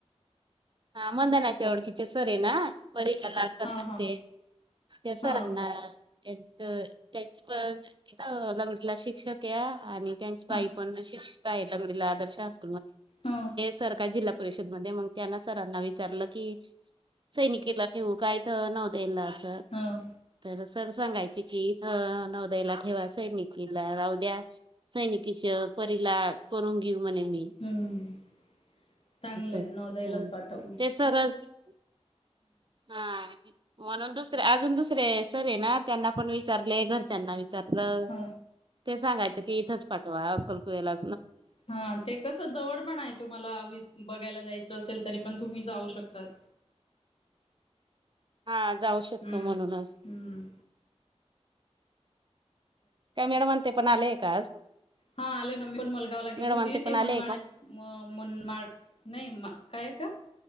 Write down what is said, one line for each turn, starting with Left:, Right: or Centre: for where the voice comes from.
Right: हा मंदनाचे ओळखीचे सर आहे ना बरी कदर करतात
Left: हा हा
Right: ते त्या सरनां
Left: हा
Right: तर त्याचे पण तिथ लंगडीला शिक्षक या आणि त्यांची बाई
Left: ह
Right: पण अशीच काय लंगडीला आदर्श अस
Left: ह
Right: सरकार जिल्हा परिषदमध्ये मग त्यांना सरांना विचारलं की सैनिकेला ठेवू काय तर नौवदयला असं
Left: ह
Right: तेलाच तर सांगायचे कि इथं, नौवदयला ठेवा सैनिकीला राहुद्या, सैनिकीला परीला करून घेऊ म्हणे मी
Left: हम्म चांगल
Right: असं
Left: आहे
Right: हम्म
Left: नवोदयलाच पाठव म
Right: ते सरच हा म्हणून अजून दुसरे सर हायना त्यांना पण विचारले घरच्यांना त्यातलं
Left: ह
Right: ते सांगायच की इथंच पाठवा अकवळेला
Left: हा ते कस जवळ पण आहे तुम्हाला बघायला जायचं असेल तरी पण तुम्ही जाऊ शकतात
Right: हा जाऊ
Left: हम्म
Right: शकतो म्हणूनच
Left: हम्म
Right: त्या मॅडम ते पण आले का आज
Left: हा आले ना मी पण मलगावला गेली
Right: मॅडम
Left: होती ते
Right: पण आलेय
Left: मनमाड
Right: का
Left: म मनमाड नाही मग काय का